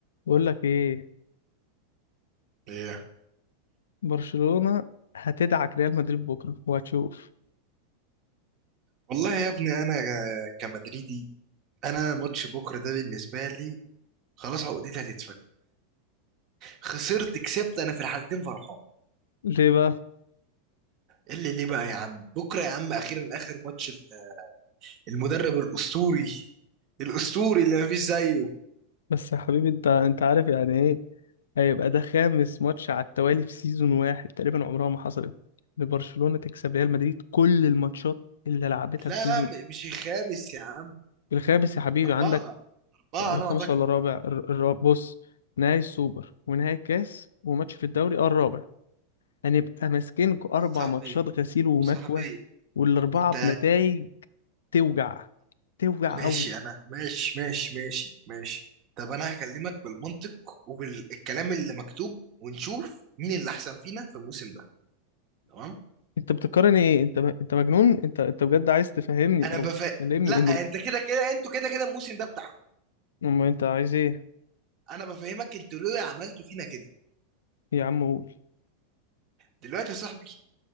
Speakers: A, on the left; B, on the right.
A: بقول لك ايه
B: ايه
A: برشلونة هتدعك ريال مدريد بكره وهتشوف
B: والله يا ابني انا ك- كمدريدي انا ماتش بكره ده بالنسبه لي خلاص عقدتي هتتفك خسرت كسبت انا في الحالتين فرحان
A: ليه بقى
B: إيه اللي ليه بقى يا عم بكره يا عم اخيرا اخر ماتش ال- المدرب الاسطوري الاسطوري اللي مفيش زيه
A: بس يا حبيبي انت انت عارف يعني ايه هيبقى ده خامس ماتش على التوالي في سيزون واحد تقريبا عمرها ما حصلت لبرشلونة تكسب ريال مدريد كل الماتشات اللي لعبتها
B: لا
A: في سيزون
B: لا م- مش الخامس يا عم
A: الخامس يا حبيبي
B: اربعه
A: عندك
B: اربعه
A: الخامس
B: انا ما اعتقد
A: ولا الرابع الر- الرابع بص نهائي السوبر ونهائي الكاس وماتش في الدوري اه الرابع هنبقى ماسكين اربع
B: صاحبي
A: ماتشات غسيل ومكوى
B: صاحبي
A: والاربعه
B: انت
A: بنتائج توجع توجع
B: ماشي
A: قوي
B: انا ماشي ماشي ماشي ماشي طب انا هكلمك بالمنطق وبالكلام اللي مكتوب ونشوف مين اللي احسن فينا في الموسم ده تمام
A: انت بتقارن ايه انت انت مجنون انت انت بجد عايز تفهمني
B: انا
A: او
B: بف
A: تكلمني
B: لا
A: ان
B: انت كده كده انتوا كده كده الموسم ده بتاعكم
A: اما انت عايز ايه
B: انا بفهمك انتوا ليه عملتوا فينا كده
A: يا عم قول
B: دلوقتي يا صاحبي